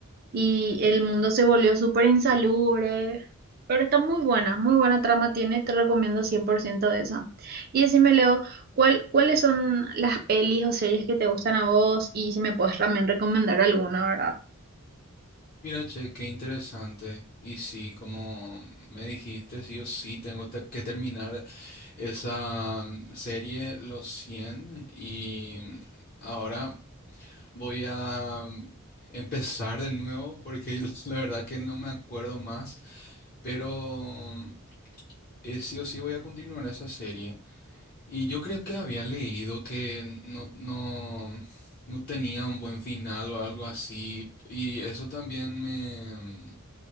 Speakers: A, on the right; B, on the left.
A: y el mundo se volvió súper insalubre, pero está muy buena, muy buena trama tiene, te recomiendo 100% de esa. Y decime, Leo, ¿cuál, cuáles son las pelis o series que te gustan a vos? Y si me puedes también recomendar alguna, ¿verdad?
B: Mira, che, qué interesante. Y sí, como me dijiste, sí, yo sí tengo te- que terminar esa mm, serie Los cien y mm, ahora voy a mm, empezar de nuevo porque <laughs> la verdad que no me acuerdo más, pero mm, eh, sí o sí voy a continuar esa serie. Y yo creo que había leído que no, no, no tenía un buen final o algo así y eso también me... mm,